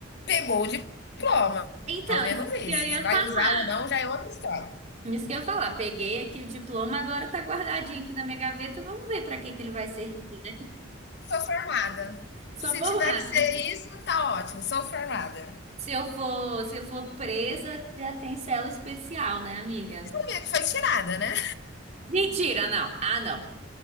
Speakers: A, on the left; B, on the right.
A: pegou o diploma.
B: Então,
A: Ao menos
B: isso
A: isso.
B: que eu ia
A: Se vai
B: falar.
A: usar ou não, já é outra história.
B: Isso que eu ia falar. Peguei aqui o diploma, agora tá guardadinho aqui na minha gaveta. Vamos ver pra que que ele vai servir.
A: Sou formada.
B: Só
A: Se
B: formar.
A: tiver que ser isso, tá ótimo. Sou formada.
B: Se eu for, se eu for presa, já tem cela especial, né, amiga?
A: Sabia que foi tirada, né?
B: Mentira, não. Ah, não.